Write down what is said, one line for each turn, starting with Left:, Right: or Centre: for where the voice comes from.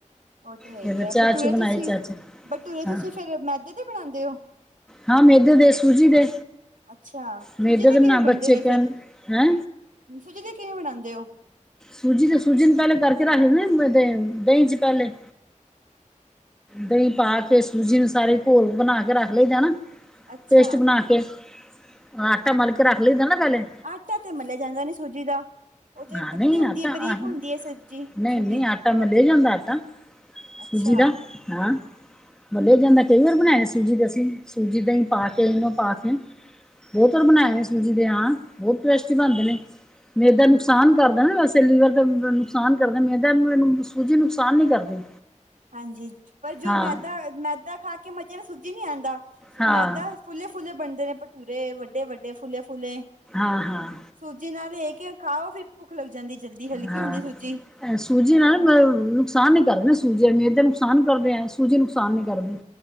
Right: ਉਹ ਤੇ ਹੈ ਹੀ
Centre: ਫਿਰ
Right: ਹੈ
Centre: ਚਾਹ
Right: ਬਟੂਰੇ
Centre: ਚੂ ਬਣਾਈ
Right: ਤੁਸੀਂ
Centre: ਚਾਚਾ
Right: ਬਟੂਰੇ
Centre: ਹਾਂ
Right: ਤੁਸੀਂ ਫਿਰ ਮੈਦੇ ਤੇ ਬਣਾਉਂਦੇ ਹੋ।
Centre: ਹਾਂ ਮੇਦੇ ਦੇ ਸੂਜੀ ਦੇ
Right: ਅੱਛਾ
Centre: ਮੇਦੇ
Right: ਸੂਜੀ
Centre: ਦੇ ਬਨਾਣ
Right: ਕਿਵੇਂ
Centre: ਬੱਚੇ
Right: ਬਣਦੇ ਨੇ
Centre: ਕਹਿਣ।
Right: ਫੇਰ?
Centre: ਹੈਂ।
Right: ਸੂਜੀ ਤੇ ਕਿਵੇਂ ਬਣਾਉਂਦੇ ਹੋ।
Centre: ਸੂਜੀ ਤੇ ਸੂਜੀ ਨੂੰ ਪਹਿਲੇ ਕਰਕੇ ਰੱਖ ਦੇਦੇੈਂ ਦਹੀਂ ਚ ਪਹਿਲੇ। ਦਹੀਂ ਪਾ ਕੇ ਸੂਜੀ ਨੂੰ ਸਾਰੇ ਘੋਲ ਬਣਾ ਕੇ ਰੱਖ ਲਈ ਦਾ ਨਾਂ।
Right: ਅੱਛਾ
Centre: ਪੇਸਟ ਬਣਾ ਕੇ ਆਟਾ ਮਲਕੇ ਰੱਖ ਲਈ ਨਾ ਪਹਿਲੇ।
Right: ਆਟਾ ਤੇ ਮੰਨਿਆ ਜਾਂਦਾ ਨੀ ਸੂਜੀ ਦਾ। ਉਹ ਤੇ
Centre: ਹਾਂ
Right: ਪਤਲੀ
Centre: ਨਹੀਂ
Right: ਹੁੰਦੀ
Centre: ਆਟਾ
Right: ਹੈ ਬਰੀਕ
Centre: ਆ
Right: ਹੁੰਦੀ ਹੈ ਸੱਜੀ
Centre: ਨਹੀਂ-ਨਹੀਂ
Right: ਸੂਜੀ
Centre: ਆਟਾ ਮਲਿਆ ਜਾਂਦਾ ਆਟਾ।
Right: ਅੱਛਾ-ਅੱਛਾ।
Centre: ਸੂਜੀ ਦਾ ਹਾਂ। ਵਲਿਆ ਜਾਂਦਾ ਕਈ ਵਾਰ ਬਣਾਇਆ ਸੂਜੀ ਦੇ ਅਸੀਂ ਸੂਜੀ ਦਹੀ ਪਾ ਇਨੋ ਪਾ ਕੇ। ਬਹੁਤ ਵਾਰ ਬਣਾਏ ਨੇ ਸੂਜੀ ਦੇ ਹਾਂ ਬਹੁਤ ਟੇਸਟੀ ਬਣਦੇ ਨੇ ਮੈਦਾ ਨੁਕਸ। ਨੁਕਸਾਨ ਕਰਦਾ ਨਾਂ ਵੈਸੇ ਲੀਵਰ ਦਾ ਨੁਕਸਾਨ ਕਰਦੇ ਮੈਦਾ। ਸੂਜੀ ਨੁਕਸਾਨ ਨੀਂ ਕਰਦੀ।
Right: ਹਾਂਜੀ, ਪਰ ਜੋ
Centre: ਹਾਂ
Right: ਮੈਦਾ, ਮੈਦਾ ਖਾ ਕੇ ਮਜ਼ੇ ਸੂਜੀ ਨਈਂ ਆਂਦਾ
Centre: ਹਾਂ
Right: ਮੈਦਾ। ਫੁਲੇ-ਫੁਲੇ ਬਣਦੇ ਨੇਂ ਭਠੂਰੇ ਵੱਡੇ-ਵੱਡੇ ਫੁਲੇ-ਫੁਲੇ।
Centre: ਹਾਂ, ਹਾਂ।
Right: ਸੂਜੀ ਨਾਲ ਏ ਕੇ ਖਾਓ, ਫਿਰ ਭੁੱਖ ਲੱਗ ਜਾਂਦੀ ਜਲਦੀ ਹਲਕੀ
Centre: ਹਾਂ
Right: ਹੁੰਦੀ ਸੂਜੀ।
Centre: ਸੂਜੀ ਨਾਲ ਨੁਕਸਾਨ ਈ ਕਰਦੇ ਸੂਜੀ ਮੈਦੇ ਦੇ ਨੁਕਸਾਨ ਕਰਦੇ ਐ, ਸੂਜੀ ਨੁਕਸਾਨ ਨੀਂ ਕਰਦੀ।